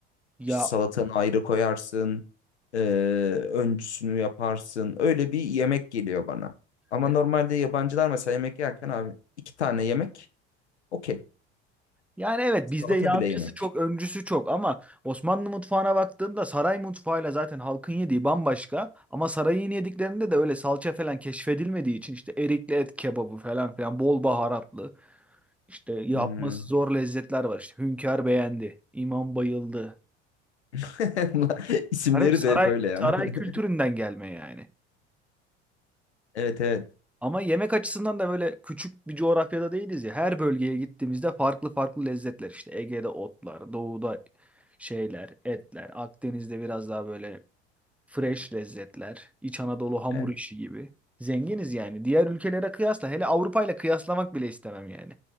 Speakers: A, in the centre; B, on the left (about 75°).
A: Ya
B: İşte salatanı ayrı koyarsın. e, öncüsünü yaparsın. Öyle bir yemek geliyor bana. Ama
A: e,
B: normalde yabancılar mesela yemek yerken abi iki tane yemek okey.
A: yani evet
B: Salata
A: bizde yancısı
B: bile yemek.
A: çok öncüsü çok ama Osmanlı mutfağına baktığında saray mutfağıyla zaten halkın yediği bambaşka ama sarayın yediklerinde de öyle salça falan keşfedilmediği için işte erikli et kebabı falan filan bol baharatlı İşte yapması
B: Hmm.
A: zor lezzetler var. İşte Hünkar beğendi. imam bayıldı.
B: <laughs> Bunlar- İsimleri
A: Bunlar hep saray
B: de hep öyle yani.
A: saray
B: <laughs>
A: kültüründen gelme yani.
B: Evet evet.
A: Ama yemek açısından da böyle küçük bir coğrafyada değiliz ya. Her bölgeye gittiğimizde farklı farklı lezzetler işte. Ege'de otlar, doğuda şeyler, etler, Akdeniz'de biraz daha böyle fresh lezzetler, İç Anadolu hamur
B: Evet.
A: işi gibi. Zenginiz yani. Diğer ülkelere kıyasla hele Avrupa ile kıyaslamak bile istemem yani.